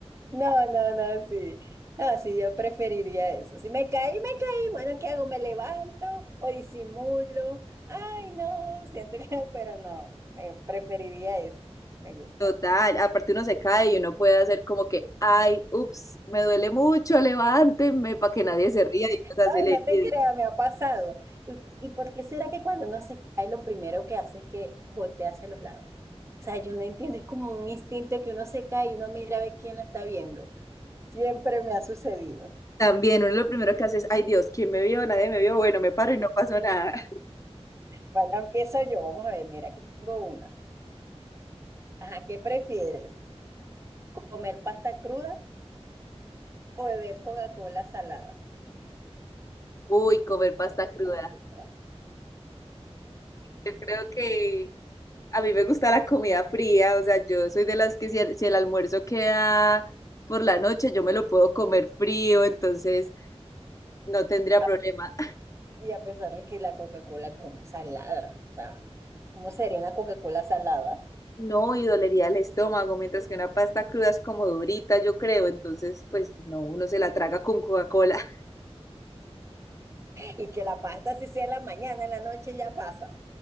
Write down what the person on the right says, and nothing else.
No, no, no, sí. No, sí, yo preferiría eso. Si me caí, me caí. Bueno, ¿qué hago? ¿Me levanto o disimulo? Ay, no, siento que, <laughs> pero no, me preferiría ese. Me gusta.
No,
y no
te creas, me ha pasado. ¿Y, y por qué será que cuando uno se cae, lo primero que hace es que voltea hacia los lados? O sea, yo no entiendo, es como un instinto que uno se cae y uno mira a ver quién lo está viendo. Siempre me ha sucedido.
Bueno, empiezo yo. Vamos a ver, mira, aquí tengo una. Ajá, ¿qué prefieres? ¿Comer pasta cruda o beber Coca-Cola salada?
Coca-Cola
salada.
A-
Y a pesar de que la Coca-Cola como salada, o sea, ¿cómo sería una Coca-Cola salada?
Y que la pasta si sea en la mañana, en la noche ya pasa.